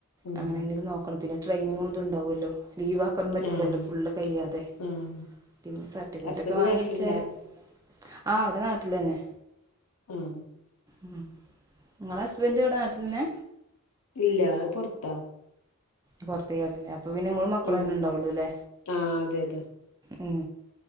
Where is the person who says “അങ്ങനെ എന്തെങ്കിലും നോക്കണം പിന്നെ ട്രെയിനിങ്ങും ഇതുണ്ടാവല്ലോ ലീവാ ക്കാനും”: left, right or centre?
Right